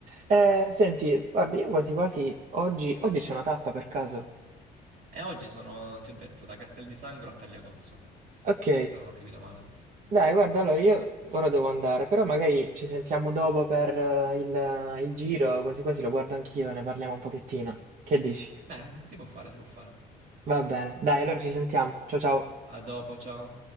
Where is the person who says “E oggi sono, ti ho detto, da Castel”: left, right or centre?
Right